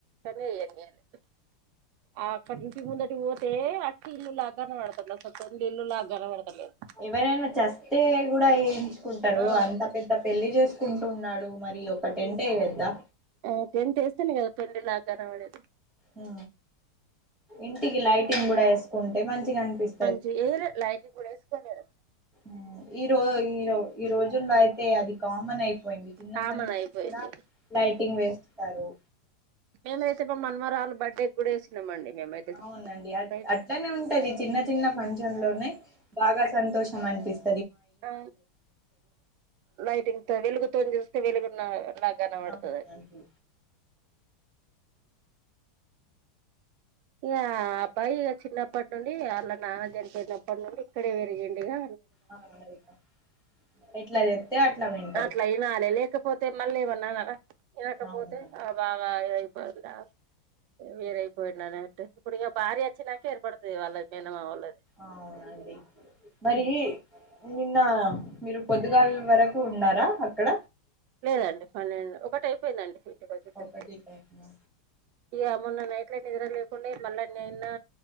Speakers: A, on the right; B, in the centre.
A: కానీ ఎయ్యనియ్యలె ఆ అక్కడ ఇంటి ముందటికి పోతే అక్క ఇల్లులా గనపడతంది అస్సలు ఫ్రెండ్ ఇల్లులా గనపడతలేదు
B: ఎవరైనా చస్తే కూడా ఏయించుకుంటరు
A: ఆ
B: అంత పెద్ద పెళ్లి చేసుకుంటున్నడు మరి ఒక టెంట్ ఎయ్యొద్దా
A: ఆ టెంట్ ఎస్తేనే కదా పెండ్లిలా గనపడేది
B: ఆ ఇంటికి లైటింగ్ కూడా ఏసుకుంటే మంచిగ అనిపిస్
A: కొంచం ఏయ్లే లైటింగ్ కూడా ఎసుకోలేరు
B: ఉమ్ ఈ రో ఈ రో ఈ రోజుల్లో అయితే అది కామన్ అయిపోయింది చిన్న
A: కామన్
B: పనికి
A: అయిపోయింది
B: కూడా లైటింగ్ వేస్తరు
A: మేమైతే మా మనమరాలు బర్డే కూడా వేసినమండి మేమైతే
B: అవునండి అ
A: లైట్
B: అట్లనే ఉంటది చిన్న చిన్న ఫంక్షన్ లోనే బాగా సంతోషం అనిపిస్
A: ఆ లైటింగ్తో వెలుగుతో చూస్తే వెలుగున్న న గనవడతదని
B: అవునండి
A: ఇగ ఆ అప్పాయి ఇగ చిన్నప్పటి నుండి ఆళ్ళ నాన్న జనిపోయిన్నప్పటి నుండి ఇక్కడే వెరిగిండిగా
B: ఆ ఇంకా ఎట్లా జెప్తే అట్లా విన్
A: అట్లా ఇనాలె లేకప్ పోతే మళ్ళేమన్నా అనరా ఇనక
B: అవునండి
A: పోతే ఆ బాగా ఐపోయిందా వేరేయి పోయిడిన్నాటు ఇప్పుడుగ భార్యఒచ్చి నాంక ఏర్పడతుది వాళ్ళది మేనమా వాళ్ళది
B: అవునండి మరి నిన్న మీరు పొద్దుగాల్ వరకు ఉన్నారా అక్కడ
A: లేదండి పన్నెండ్ ఒకటి అయిపోయిందండి ఇంటికి వచ్చేసరికి
B: ఒకటి పయిన్నా
A: ఇగ మొన్న నైట్ల నిద్ర లేకుండే మళ్ళా నిన్నా